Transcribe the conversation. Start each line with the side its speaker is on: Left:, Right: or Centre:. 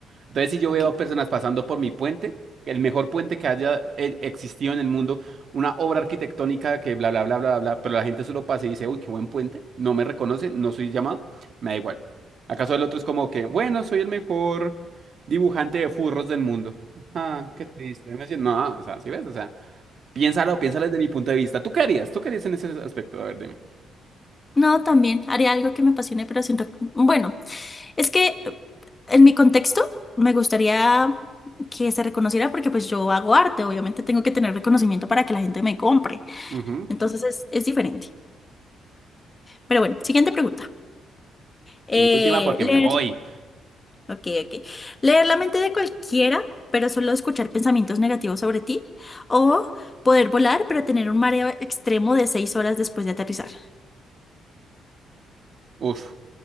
Right: Entonces, si yo
Left: ok.
Right: veo personas pasando por mi puente, el mejor puente que haya eh, existido en el mundo, una obra arquitectónica que bla, bla, bla, bla, bla, pero la gente solo pasa y dice, uy, qué buen puente, no me reconoce, no soy llamado, me da igual. ¿Acaso el otro es como que, bueno, soy el mejor dibujante de furros del mundo? Ah, qué triste. Me dice, no, o sea, si ves, o sea, piénsalo, piénsalo desde mi punto de vista. ¿Tú qué harías? ¿Tú qué harías en ese aspecto? A ver, dime.
Left: No, también haría algo que me apasione pero sin reconocimiento. Bueno, es que eh, en mi contexto me gustaría que se reconociera porque pues yo hago arte. Obviamente tengo que tener reconocimiento para que la gente me compre.
Right: Ujú.
Left: Entonces es, es diferente. Pero bueno, siguiente pregunta. Eh,
Right: Y última, porque
Left: leer,
Right: me voy.
Left: ok, ok. Leer la mente de cualquiera, pero solo escuchar pensamientos negativos sobre ti. O poder volar, pero tener un mareo extremo de seis horas después de aterrizar.
Right: Uf.